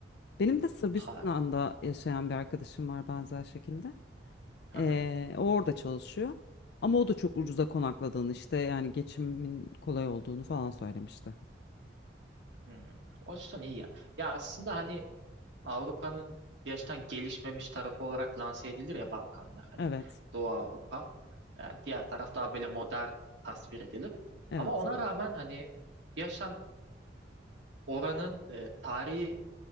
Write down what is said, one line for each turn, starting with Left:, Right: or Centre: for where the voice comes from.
Left: Benim de Sırbistan'da
Right: Harf.
Left: yaşayan bir arkadaşım var benzer şekilde.
Right: Hı
Left: E,
Right: hı.
Left: o orada çalışıyor. Ama o da çok ucuza konakladığını işte yani geçimin kolay olduğunu falan söylemişti.
Right: Hmm. O açıdan iyi ya. Ya aslında hani Avrupa'nın gerçekten gelişmemiş tarafı olarak lanse edilir ya Balkanlar hani
Left: Evet,
Right: Doğu Avrupa. Yani diğer taraf daha böyle modern tasvir edilir.
Left: evet,
Right: Ama ona rağmen hani yaşan oranın e, tarihi